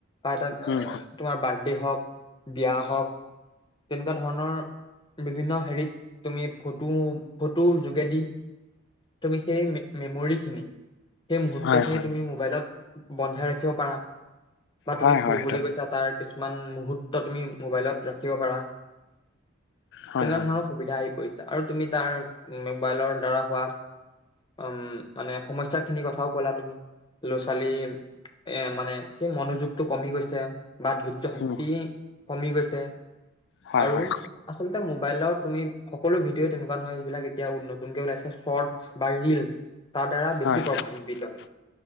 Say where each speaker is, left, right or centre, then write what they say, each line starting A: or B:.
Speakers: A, on the left; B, on the left.
A: বা এটা
B: উম
A: তোমাৰ বাৰ্থডে হওক বিয়া হওক তেনেকুৱা ধৰণৰ বিভিন্ন হেৰিত তুমি ফটো ফটোৰ যোগেদি তুমি সেই মেমৰি খিনি সেই মুহূৰ্ত
B: হয়
A: খিনি
B: হয়
A: তুমি মোবাইলত বন্ধাই ৰাখিব পাৰা বা
B: হয়
A: তুমি
B: হয়
A: ফুৰিবলৈ
B: হয় সেইটো
A: গৈছা তাৰ কিছুমান মুহুৰ্ত তুমি মোবাইলত ৰাখিব পাৰা
B: হয়
A: তেনেকুৱা
B: হয়
A: ধৰণৰ সুবিধাই- আৰু তুমি তাৰ মোবাইলৰ দ্বাৰা হোৱা- উম মানে সমস্যা খিনি কথাও ক'লা তুমি- ছোৱালী এ মানে কি মনোযোগতটো কমি গৈছে বা ধৈৰ্য শক্তি-
B: উম
A: কমি গৈছে
B: হয়
A: আৰু
B: হয়
A: আচলতে- মোবাইলত তুমি সকলো ভিডিঅ' তেনেকুৱা নহয় যিবিলাক এতিয়া নতুনকে ওলাইছে শৰ্টছ বা ৰিলচ। তাৰ দ্বাৰা বেছি
B: হয়
A: প্ৰভাৱিত হৈছে।